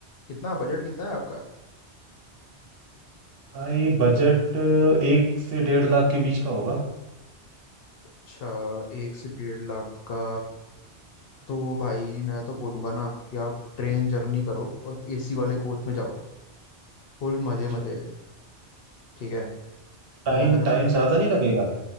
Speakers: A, on the left; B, on the right.
A: कितना बजट कितना है आपका
B: भाई बजट एक से डेढ़ लाख के बीच का होगा
A: अच्छा एक से डेढ़ लाख का तो भाई मैं तो बोलूंगा ना कि आप ट्रेन जर्नी करो और एसी वाले कोच में जाओ फुल मजे
B: अच्छा
A: मजे है ठीक है
B: टाइम
A: मैं पहले
B: टाइम ज्यादा नहीं लगेगा